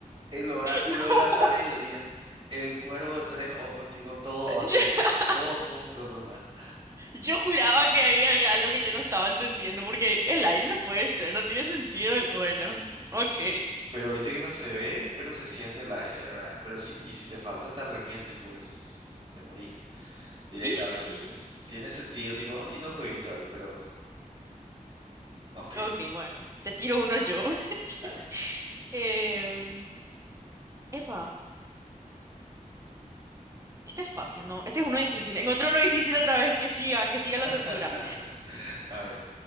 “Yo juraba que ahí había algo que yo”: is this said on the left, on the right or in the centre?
Right